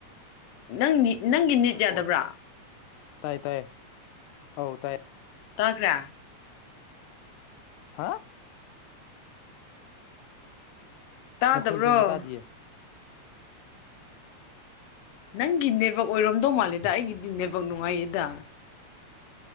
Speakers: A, on the left; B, on the left.
A: ꯅꯪ ꯅꯪꯒꯤ ꯅꯤꯠ ꯌꯥꯗꯕ꯭ꯔꯥ
B: ꯑꯣ ꯇꯥꯏ ꯇꯥꯏ ꯑꯧ ꯇꯥꯏ
A: ꯇꯥꯈ꯭ꯔꯦ
B: ꯍꯥ
A: ꯇꯥꯗꯕ꯭ꯔꯣ
B: ꯅꯥꯈꯣꯟ‌ ꯁ‌ꯦꯡꯅ ꯇꯥꯗꯤꯌꯦ
A: ꯅꯪꯒꯤ ꯅꯦꯠꯋꯥꯛ ꯑꯣꯏꯔꯝꯗꯧ ꯃꯥꯜꯂꯦꯗꯥ ꯑꯩꯒꯤꯗꯤ ꯅꯦꯠꯋꯥꯛ ꯅꯨꯡꯉꯥꯏꯌꯦꯗꯥ